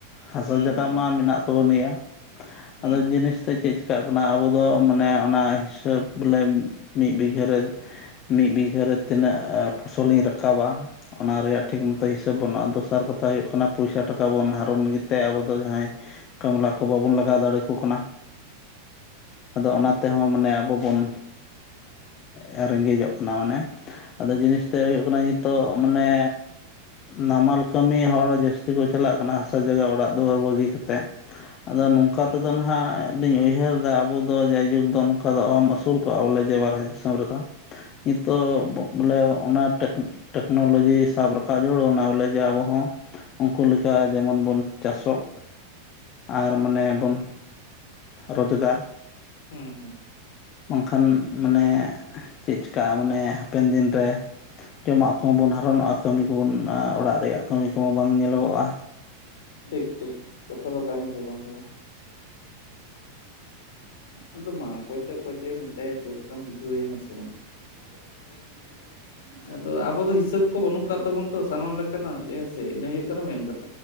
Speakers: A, on the left; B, on the left.
A: ᱦᱟᱥᱟ
B: ᱦᱩᱸ
A: ᱡᱟᱜᱟᱢᱟ
B: ᱦᱩᱸ
A: ᱢᱮᱱᱟᱜ ᱛᱟᱵᱚᱱ ᱜᱮᱭᱟ᱾
B: ᱦᱩᱸ
A: ᱟᱫᱚ ᱡᱤᱱᱤᱥ ᱫᱚ ᱪᱮᱫ ᱪᱮᱠᱟᱜ ᱠᱟᱱᱟ? ᱟᱵᱚ ᱫᱚ ᱢᱟᱱᱮ ᱚᱱᱟ ᱦᱤᱥᱟᱹᱵ ᱵᱚᱞᱮ ᱢᱤᱫ ᱵᱤᱜᱷᱟᱹᱨᱮ ᱢᱤᱫ ᱵᱤᱜᱷᱟᱹᱨᱮ ᱛᱤᱱᱟᱹᱜ ᱯᱷᱚᱥᱚᱞ ᱤᱧ ᱨᱟᱠᱟᱵᱟ ᱚᱱᱟ ᱨᱮᱭᱟᱜ ᱴᱷᱤᱠ ᱢᱚᱛᱚ ᱦᱤᱥᱟᱹᱵᱽ ᱵᱟᱹᱱᱩᱜᱼᱟ᱾ ᱫᱚᱥᱟᱨ ᱠᱟᱛᱷᱟ ᱦᱩᱭᱩᱜ ᱠᱟᱱᱟ ᱯᱚᱭᱥᱟ ᱴᱟᱠᱟ ᱵᱚᱱ ᱦᱟᱨᱚᱱ ᱜᱮᱛᱮ ᱟᱵᱚ ᱫᱚ ᱡᱟᱦᱟᱸᱭ ᱠᱟᱢᱞᱟ ᱠᱚ ᱵᱟᱵᱚᱱ ᱞᱟᱜᱟᱣ ᱫᱟᱲᱮ ᱠᱚ ᱠᱟᱱᱟ᱾ ᱟᱫᱚ ᱚᱱᱟ ᱛᱮᱦᱚᱸ ᱢᱟᱱᱮ ᱟᱵᱚ ᱵᱚᱱ ᱦᱮᱸ ᱨᱮᱸᱜᱮᱡᱚᱜ ᱠᱟᱱᱟ ᱢᱟᱱᱮ ᱟᱫᱚ ᱡᱤᱱᱤᱥ ᱛᱮᱜ ᱦᱩᱭᱩᱜ ᱠᱟᱱᱟ ᱱᱤᱛᱳᱜ ᱢᱟᱱᱮ ᱱᱟᱢᱟᱞ ᱠᱟᱹᱢᱤ ᱦᱚᱲ ᱡᱟᱹᱥᱛᱤ ᱠᱚ ᱪᱟᱞᱟᱜ ᱠᱟᱱᱟ ᱦᱟᱥᱟ ᱡᱟᱭᱜᱟ ᱚᱲᱟᱜ ᱫᱩᱣᱟᱹᱨ ᱵᱟᱹᱜᱤ ᱠᱟᱛᱮᱫ ᱟᱫᱚ ᱱᱚᱝᱠᱟ
B: ᱦᱩᱸ
A: ᱛᱮᱫᱚ ᱦᱟᱸᱜ ᱞᱤᱧ ᱩᱭᱦᱟᱹᱨᱫᱟ, ᱟᱵᱚ ᱫᱚ ᱡᱟᱭᱡᱩᱜᱽ ᱫᱚ ᱱᱚᱝ ᱚᱠᱟ ᱫᱚ ᱟᱢ ᱟᱹᱥᱩᱞ ᱠᱚᱜᱼᱟ ᱵᱚᱞᱮ ᱡᱮ ᱵᱟᱨᱦᱮ ᱫᱤᱥᱚᱢ ᱨᱮᱫᱚ ᱱᱤᱛᱚᱜ ᱵᱚᱞᱮ ᱚᱱᱟ ᱴᱮᱠ ᱴᱮᱠᱱᱳᱞᱚᱡᱤ ᱥᱟᱵ ᱨᱟᱠᱟᱵ ᱡᱟᱹᱨᱩᱲ ᱚᱱᱟ ᱵᱚᱞᱮ ᱡᱮ ᱟᱵᱚ ᱦᱚᱸ ᱩᱱᱠᱩ ᱞᱮᱠᱟ ᱡᱮᱢᱚᱱ ᱵᱚᱱ ᱪᱟᱥᱚᱜ ᱟᱨ ᱢᱟᱱᱮ ᱵᱚᱱ ᱨᱳᱡᱽᱜᱟᱨ
B: ᱦᱩᱸ
A: ᱵᱟᱝᱠᱷᱟᱱ ᱢᱟᱱᱮ ᱪᱮᱫ ᱪᱤᱠᱟᱹᱜᱼᱟ ᱢᱟᱱᱮ ᱦᱟᱯᱮᱱ ᱫᱤᱱ ᱨᱮ ᱡᱚᱢᱟᱜ ᱠᱚᱦᱚᱸ ᱵᱚᱱ ᱦᱟᱨᱚᱱᱚᱜᱼᱟ᱾ ᱠᱟᱹᱢᱤ ᱠᱚᱵᱚᱱ ᱚᱲᱟᱜ ᱨᱮᱭᱟᱜ ᱠᱟᱹᱢᱤ ᱠᱚᱦᱚᱸ ᱵᱟᱝ ᱧᱮᱞᱚᱜᱚᱜᱼᱟ᱾
B: ᱴᱷᱤᱠ ᱴᱷᱤᱠ ᱠᱟᱛᱷᱟ ᱫᱚ ᱠᱟᱱ ᱜᱮᱭᱟ ᱵᱟᱝ ᱫᱚ ᱵᱟᱝ ᱟᱫᱚ ᱢᱟ ᱚᱠᱚᱭ ᱛᱮ ᱚᱠᱚᱭ ᱪᱮᱫ ᱮᱢ ᱢᱮᱛᱟᱭᱟ ᱪᱮᱫ ᱞᱮᱠᱟᱢ ᱵᱩᱡᱷᱟᱹᱣᱮᱭᱟ ᱦᱮᱸ ᱥᱮ ᱵᱟᱝ? <unintelligible> ᱟᱫᱚ ᱟᱵᱚ ᱫᱚ ᱦᱤᱥᱟᱹᱵ ᱠᱚ ᱵᱟᱹᱱᱩᱜ ᱠᱟᱜ ᱛᱟᱵᱚᱱᱟ ᱛᱚ ᱥᱟᱱᱟᱢ ᱞᱮᱠᱟᱱᱟᱜ ᱦᱮ ᱥᱮ ᱤᱱᱟᱹ ᱦᱩᱭᱩᱜ ᱠᱟᱱᱟ ᱢᱮᱱ ᱠᱟᱛ